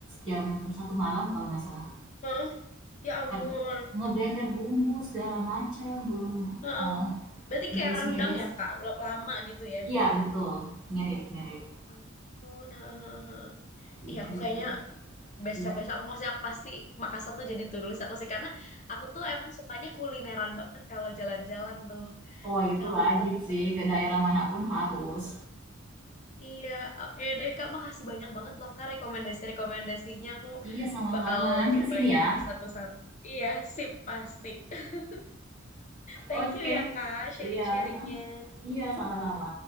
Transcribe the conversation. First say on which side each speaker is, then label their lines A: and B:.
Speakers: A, in the centre; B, on the left.
A: jam satu malam kalau nggak salah.
B: hmm. Ya ampun.
A: Ntar ngeblender bumbu segala macem, belum,
B: Heeh.
A: eh,
B: Berarti
A: miris-miris.
B: kayak rendang ya
A: ngiris
B: Kak, lama gitu ya
A: iya
B: dia ya.
A: betul, mirip-mirip,
B: Ya Ampun. Heeh.
A: mirip
B: Iya, aku kayaknya
A: sih,
B: besok-besok
A: Ya,
B: aku maksudnya aku pasti Makassar tuh jadi to do list aku sih karena aku tuh emang sukanya kulineran banget kalau jalan-jalan tuh.
A: Oh itu
B: Ya ampun.
A: wajib sih, ke daerah mana pun harus.
B: Iya, oke deh Kak, makasih banyak banget loh Kak rekomendasi-rekomendasinya. Aku
A: Iya sama-sama,
B: bakal
A: nanti
B: cobain
A: ke sini ya.
B: nanti satu-satu. Iya, sip pasti. <laughs> Thank
A: Oke.
B: you ya Kak sharing-sharingnya.
A: Iya, sam iya sama-sama.